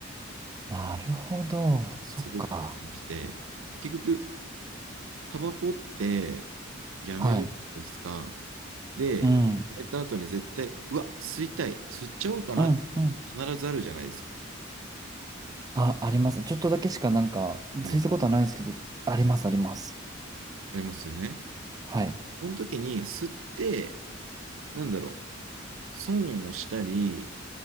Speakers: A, on the right; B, on the right.
A: なるほど。そっか。
B: すごく感じて、結局、タバコってやめるじゃないですか。
A: はい。
B: で、
A: うん。
B: やめた後に絶対、うわ、吸いたい、吸っちゃおうかな、
A: うんうん。
B: 必ずあるじゃないですか。
A: あ、あります。ちょっとだけしかなんか、
B: はい
A: ついたことはないですけど、あります、
B: はい
A: あります。
B: ありますよね。
A: はい。
B: その時に吸って、なんだろう、損をしたり、